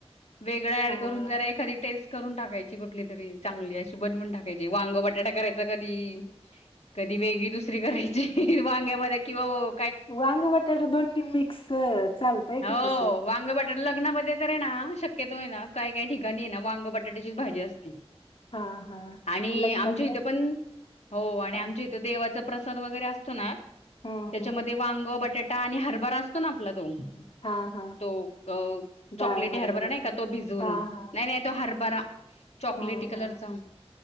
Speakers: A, on the left; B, on the left.
A: वेगळं ऍड
B: हा हा.
A: करून जरा एखादी टेस्ट करून टाकायची कुठली तरी चांगली अशी बनवून टाकायची वांग, बटाटा करायचा कधी कधी वेगळी दुसरी करायची वांग्यामध्ये किंवा ओ
B: वांग, बटाटा दोन्ही मिक्स चालतय
A: हो
B: का तसं?
A: वांग, बटाटे लग्नामध्ये तर आहे ना शक्यतो आहे ना काय काय ठिकाणी आहे ना वांग, बटाट्याचीच भाजी असते.
B: हा हा
A: आणि
B: लग्नातल्या
A: आमच्या इथं पण हो आणि
B: हा
A: आमच्या इथे देवाचा प्रसाद वगैरे असतो ना
B: हम्म
A: त्याच्यामध्ये
B: हम्म
A: वांग, बटाट आणि हरभरा असतो ना आपला तो
B: हा हा
A: तो अ
B: डाळ
A: चॉकलेटी
B: हरभऱ्याचे
A: हरभरा नाही का तो भिजून
B: हा हा
A: नाही नाही तो हरभरा चॉकलेटी
B: हम्म
A: कलरचा
B: हम्म